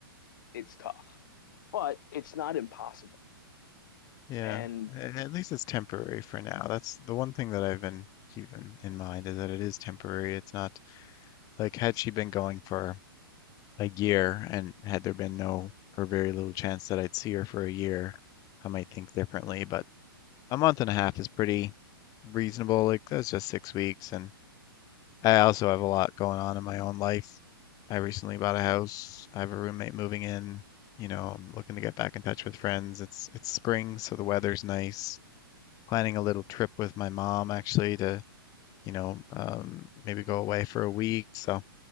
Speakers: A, on the left (about 55°); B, on the left (about 30°).
A: it's tough, but it's not impossible.
B: Yeah,
A: And
B: a- at least it's temporary for now. That's the one thing that I've been keeping in mind is that it is temporary. It's not like had she been going for a year and had there been no or very little chance that I'd see her for a year, I might think differently. But a month and a half is pretty reasonable. Like that's just six weeks, and I also have a lot going on in my own life. I recently bought a house. I have a roommate moving in. You know, I'm looking to get back in touch with friends. It's it's spring, so the weather's nice planning a little trip with my mom actually to, you know, um, maybe go away for a week. So I